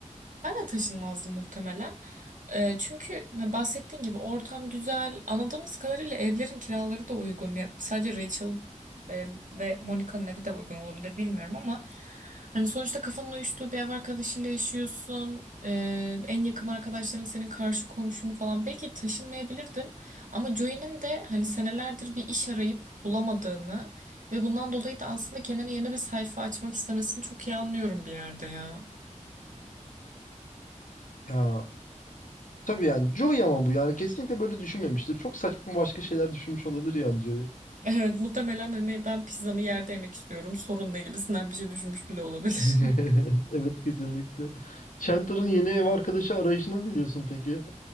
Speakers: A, on the right (about 75°); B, on the left (about 80°).
A: Ben de taşınmazdım muhtemelen. Ee, çünkü ben bahsettiğin gibi ortam güzel. Anladığımız kadarıyla evlerin kiraları da uygun. Ya, sadece Rachel e, ve Monica'nın evi de uygun olabilir bilmiyorum ama hani sonuçta kafanın uyuştuğu bir ev arkadaşıyla yaşıyorsun. Ee, en yakın arkadaşların senin karşı komşun falan. Belki taşınmayabilirdim ama Joey'nin de hani senelerdir bir iş arayıp bulamadığını ve bundan dolayı da aslında kendine yeni bir sayfa açmak istemesini çok iyi anlıyorum bir yerde ya.
B: Ya tabii yani Joey ama bu yani kesinlikle böyle düşünmemiştir. Çok saçma başka şeyler düşünmüş olabilir yani Joey.
A: Evet muhtemelen hani ben pizzamı yerde yemek istiyorum sorun ne gibisinden bir şey düşünmüş bile olabilir.
B: <laughs>
A: <laughs>
B: Evet kesinlikle. Chandler'ın yeni ev arkadaşı arayışına ne diyorsun peki?